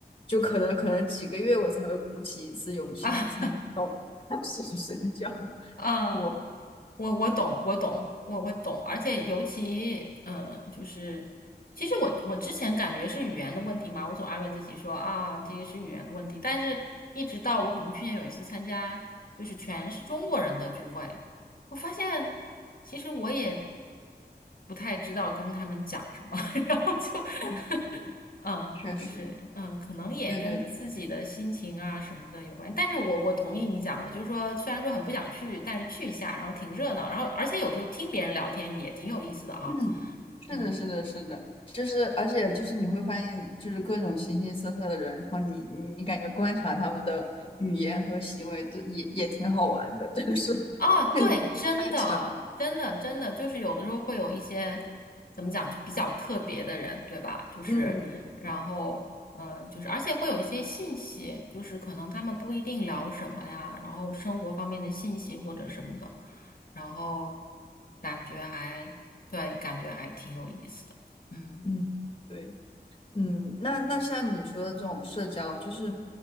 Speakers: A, on the left; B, on the left.
A: 就可能可能几个月我才会鼓起一次勇气去参加
B: 啊，
A: 新 <laughs> 社交
B: <laughs> 嗯。
A: 活
B: 我我懂，我懂，我我懂，而且尤其，嗯，就是，其实我我之前感觉是语言的问题嘛，我总安慰自己说啊，这个是语言的问题，但是一直到我可能去年有一次参加，就是全是中国人的聚会，我发现其实我也不太知道跟他们讲什么，<laughs> 然后就，
A: 动。
B: <laughs> 嗯。
A: 确实，
B: 就是嗯，可能也跟自己的心情啊什么的有关。
A: 对对，
B: 但是我我同意你讲的，就是说虽然说很不想去，但是去一下，然后挺热闹，然后而且有时候听别人聊天也挺有意思的哈，
A: 嗯，是的，
B: 嗯。
A: 是的，是的，就是而且就是你会发现，就是各种形形色色的人，然后你你你感觉观察他们的语言和行为都也也挺好玩的，就是
B: 啊，
A: <laughs>
B: 对，
A: 看你去观察，
B: 真的，真的，真的，就是有的时候会有一些怎么讲，就比较特别的人，对吧？就是，
A: 嗯嗯
B: 然后，嗯、呃就是，而且会有一些信息，就是可能他们不一定聊什么呀，然后生活方面的信息或者什么的，然后感觉还，对，感觉还挺有意思的，嗯。
A: 嗯，对。嗯，那那像你说的这种社交，就是，